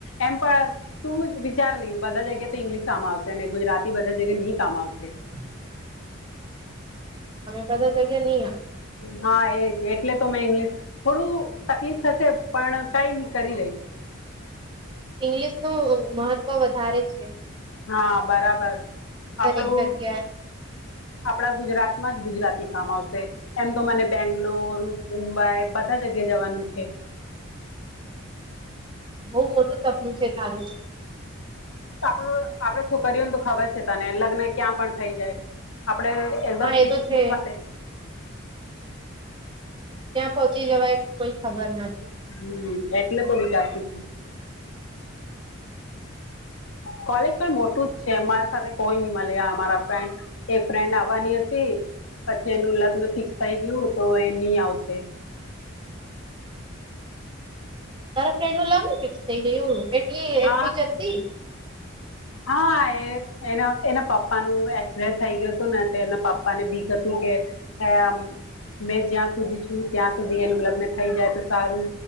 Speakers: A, on the left; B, on the right.
A: એમ પણ તું વિચાર નહી બધા જગ્યાએ તો ઇંગ્લિશ સામ આવશેને ગુજરાતી બધા જ એને ની કામ આવશે.
B: હ બધા જગ્યા ની આ
A: હા એજ એટલે તો મેં ઇંગ્લિશ થોડું તકલીફ થશે પણ કઈ નઈ કરી લહીશ.
B: ઈંગ્લિશનું મહત્વ વધારે છે.
A: હા બરાબર
B: દરેક
A: આપણું
B: જગ્યાએ
A: આપડા ગુજરાત માં જ ગુજરાતી કામ આવશે. એમ તો મને બેંગ્લોર, મુંબઈ બધા જગ્યા જવાનું છે.
B: બવ મોટું સપનું છે તારું તો.
A: આપડ આપડ છોકરીઓને તો ખબર છે તને લગ્ન ક્યાં પણ થઈ જાય આપડે એકદમ
B: હા
A: ફિક્સ
B: એ તો
A: <inaudible>
B: છે ક્યાં પહોંચી જવાય કોઈ ખબર નથ
A: હમ્મ, એટલે તો વિચારતું છું.
B: <inaudible>
A: કોલેજ પણ મોટું જ છે મારી સાથે કોઈ ની મળ્યા મારા ફન્ એક ફ્રેન્ડ આવવાની હતી પછી એનું લગ્ન ફિક્સ થઈ ગયું તો એ ની આવશે.
B: તારા ફ્રેન્ડ નું લગન ફિક્સ થઇ ગયું એટલી
A: હા
B: એટલું જલ્દી.
A: હા એના એના પપ્પાનું એક્સિડેન્ટ થઈ ગયું તું ને એના પપ્પા ને બીક હતું કે આમ મેં જ્યાં સુધી છું ત્યાં સુધી એનું લગ્ન થઈ જાય તો સારું.